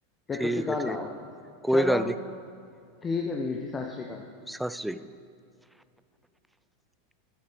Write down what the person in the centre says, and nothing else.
ਠੀਕ
ਹੈ ਠੀਕ
ਕੋਈ
ਗੱਲ ਨੀ
ਸਤਿ ਸ੍ਰੀ ਅਕਾਲ